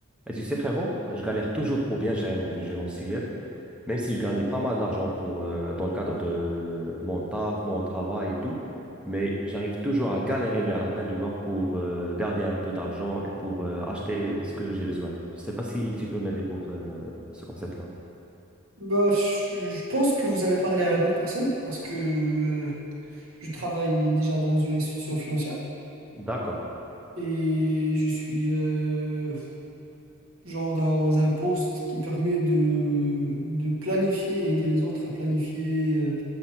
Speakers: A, in the centre; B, on the right.
A: Et tu sais, frérot, je galère toujours pour bien gérer mon budget mensuel, même si je gagnais pas mal d'argent pour, euh, dans le cadre de mon taf, mon travail et tout. Mais j'arrive toujours à galérer vers la fin du mois pour euh, garder un peu d'argent et pour euh, acheter ce que j'ai besoin. Je sais pas si tu peux m'aider pour euh, ce concept-là.
B: Bah, je je pense que vous avez parlé à la bonne personne parce que euh, je travaille déjà dans une institution financière
A: D'accord,
B: et je suis euh, genre dans un poste qui me permet de, de planifier, aider les autres à planifier euh,